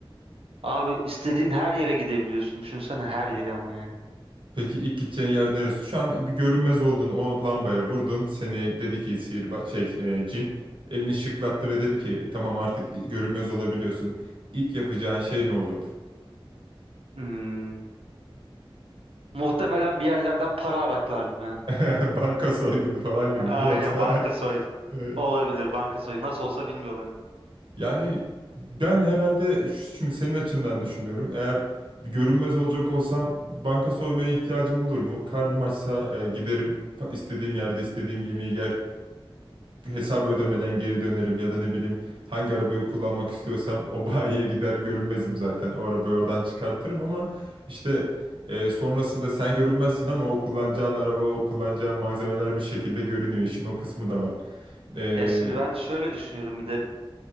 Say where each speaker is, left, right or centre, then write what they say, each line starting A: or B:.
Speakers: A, on the right (about 80°); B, on the right (about 60°).
A: Abi istediğin her yere gidebiliyorsun. Düşünsene her yere ama yani.
B: Peki ilk gideceğin yer neresi? Şu an bir görünmez oldun, o lambaya vurdun. Seni dedi ki sihirba şey e, cin elini şıklattı ve dedi ki tamam artık görünmez olabiliyorsun. İlk yapacağın şey ne olurdu?
A: Hmm. Muhtemelen bir yerlerden para araklardım ya.
B: <laughs> Banka soygunu falan gibi
A: Aynen
B: mi yoksa
A: banka soy
B: <laughs> e,
A: olabilir banka soyu nasıl olsa bilmiyorlar.
B: Yani ben herhalde ş- şimdi senin açından düşünüyorum. Eğer bir görünmez olacak olsam banka soymaya ihtiyacım olur mu? Karnım açsa e, giderim pa- istediğim yerde istediğim yemeği yer. Hesabı ödemeden geri dönerim ya da ne bileyim hangi arabayı kullanmak istiyorsam o <laughs> bayiye gider görünmezim zaten. O arabayı oradan çıkartırım ama işte e, sonrasında sen görünmezsin ama o kullanacağın araba, o kullanacağın malzemeler bir şekilde görünüyor. İşin o kısmı da var. E,
A: Ya şimdi ben şöyle düşünüyorum bir de